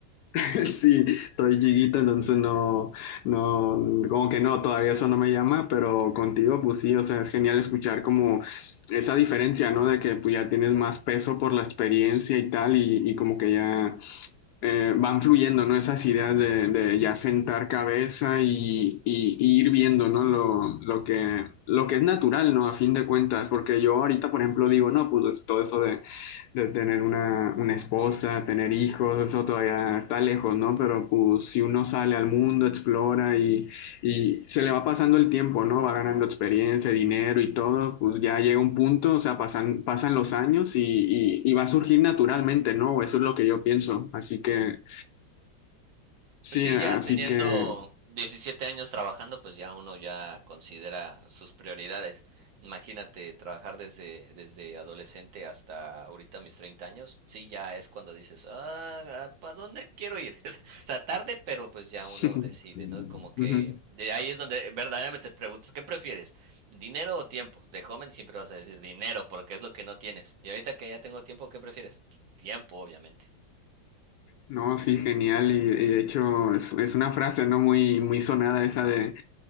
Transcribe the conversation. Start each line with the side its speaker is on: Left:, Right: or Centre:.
Left: <laughs> Sí, estoy chiquito, entonces no, no, como que no, todavía eso no me llama, pero contigo, pues sí, o sea, es genial escuchar como esa diferencia, ¿no? De que pues ya tienes más peso por la experiencia y tal, y, y como que ya eh, van fluyendo, ¿no? Esas ideas de, de ya sentar cabeza y, y- y ir viendo, ¿no? Lo, lo que, lo que es natural, ¿no? A fin de cuentas, porque yo ahorita, por ejemplo, digo, no, pues todo eso de de tener una, una esposa, tener hijos, eso todavía está lejos, ¿no? Pero pues si uno sale al mundo, explora y, y se le va pasando el tiempo, ¿no? Va ganando experiencia, dinero y todo, pues ya llega un punto, o sea, pasan, pasan los años y, y, y va a surgir naturalmente, ¿no? Eso es lo que yo pienso. Así que, sí,
Right: Pues sí,
Left: así
Right: ya teniendo
Left: que...
Right: 17 años trabajando, pues ya uno ya considera sus prioridades. Imagínate trabajar desde, desde adolescente hasta ahorita mis 30 años, sí, ya es cuando dices, ah, ¿para dónde quiero ir? <laughs> O sea, tarde, pero pues ya
Left: <laughs>
Right: uno decide, ¿no? Como que
Left: Ujú.
Right: de ahí es donde verdaderamente te preguntas, ¿qué prefieres? ¿Dinero o tiempo? De joven siempre vas a decir dinero, porque es lo que no tienes. Y ahorita que ya tengo tiempo, ¿qué prefieres? Pues, Tiempo, obviamente.
Left: No, sí, genial. Y, y de hecho es, es una frase, ¿no? Muy, muy sonada esa de,